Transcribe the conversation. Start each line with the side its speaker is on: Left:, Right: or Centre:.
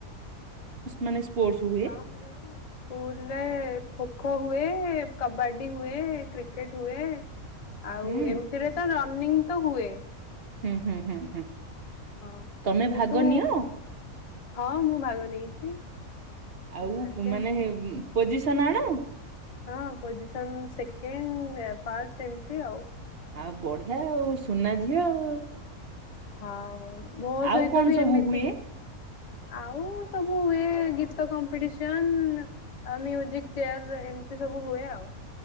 Right: ମାନେ ସ୍ପୋର୍ଟସ ହୁଏ?
Left: ସ୍କୁଲ ରେ ଖୋ ଖୋ ହୁଏ କବାଡି ହୁଏ। କ୍ରିକେଟ ହୁଏ। ଆଉ
Right: ହୁଁ
Left: ଏମିତିରେ ତ ରନିଂ ତ ହୁଏ
Right: ହୁଁ ହୁଁ ହୁଁ ହୁଁ
Left: ହଁ
Right: ତମେ
Left: କିନ୍ତୁ
Right: ଭାଗ ନିଅ
Left: ହଁ ମୁଁ ଭାଗ ନେଇଛି। ହୁଁ,
Right: ଆଉ ପୁ
Left: କିନ୍ତୁ
Right: ମାନେ ପୋଜିସନ ଆଣ?
Left: ହଁ ପୋଜିସନ ସେକଣ୍ଡ ଫାଷ୍ଟ ଏମତି ଆଉ।
Right: ଆଉ ବଢିଆ ଆଉ ସୁନା ଝିଅ ଆଉ।
Left: ହଁ ଆଉ ମୋ ସହିତ
Right: ଆଉ କଣ
Left: ବି
Right: ସବୁ
Left: ଏମିତି
Right: ହୁଏ?
Left: ଆଉ ସବୁ ଏ ଗୀତ କମ୍ପିଟିସନ ଆଉ ମ୍ୟୁଜିକ ଚେୟାର ଏମିତି ସବୁ ହୁଏ ଆଉ।